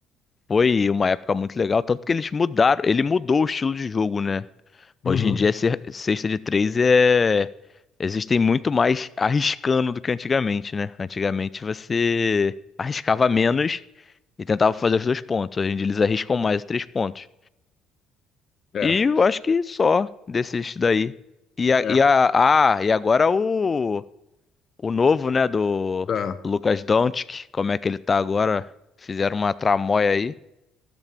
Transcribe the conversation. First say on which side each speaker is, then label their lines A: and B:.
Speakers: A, on the left; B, on the left.
A: foi uma época muito legal. Tanto que eles mudaram, ele mudou o estilo de jogo, né? Hoje
B: Uhum.
A: em dia, ce- cesta de três é. Existem muito mais arriscando do que antigamente, né? Antigamente você arriscava menos e tentava fazer os dois pontos. Hoje em dia eles arriscam mais os três pontos.
B: É,
A: E eu acho que só desses daí. E, a,
B: é,
A: e, a, ah, e agora o, o novo, né, do
B: tá.
A: Lucas Doncic, como é que ele tá agora? Fizeram uma tramóia aí.